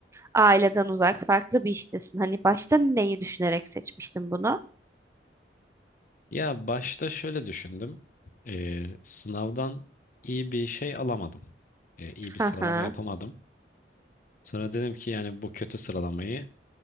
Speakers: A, on the right (about 15°); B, on the left (about 50°).
A: aileden uzak, farklı bir iştesin. Hani başta neyi düşünerek seçmiştin bunu?
B: Ya başta şöyle düşündüm. Ee, sınavdan iyi bir şey alamadım. Ee, iyi bir
A: Hı
B: sıralama
A: hı.
B: yapamadım. Sonra dedim ki yani bu kötü sıralamayı